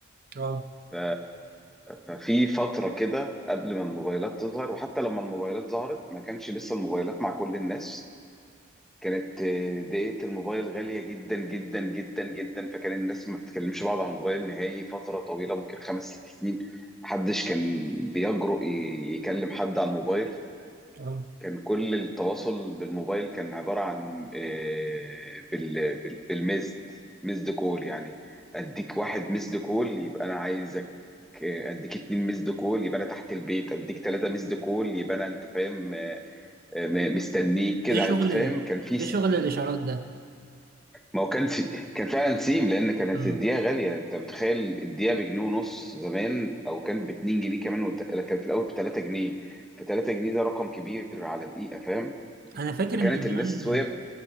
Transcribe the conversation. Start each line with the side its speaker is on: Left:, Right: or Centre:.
Right: اه
Centre: ف- ففي فتره كده قبل ما الموبايلات تظهر وحتى لما الموبايلات ظهرت ما كانش لسه الموبايلات مع كل الناس كانت آه، دقيقة الموبايل غالية جدا جدا جدا جدا فكان الناس ما بتكلمش بعض على الموبايل نهائي فترة طويلة ممكن خمس ست سنين محدش كان بيجرؤ ي- يكلم حد على الموبايل
Right: اه
Centre: كان كل التواصل بالموبايل كان عبارة عن آه، بال- بال- بالمزد مزد كول يعني اديك واحد مزد كول يبقى انا عايزك آه، اديك اتنين مزد كول يبقى انا تحت البيت اديك تلاتة مزد كول يبقى انا انت فاهم آه، م- مستنيك كده
Right: ايه شغل
Centre: انت فاهم كان في
Right: ايه شغل الاشارات ده
Centre: ما هو كان سي... كان فعلا سيم لان كانت
Right: اه
Centre: الدقيقه غاليه انت متخيل الدقيقه بجنيه ونص زمان او كان ب 2 جنيه كمان وت... كان في الاول ب 3 جنيه ف 3 جنيه ده رقم كبير على دقيقه فاهم
Right: انا فاكر
Centre: فكانت
Right: ان زمان
Centre: الناس وهي
Right: آه،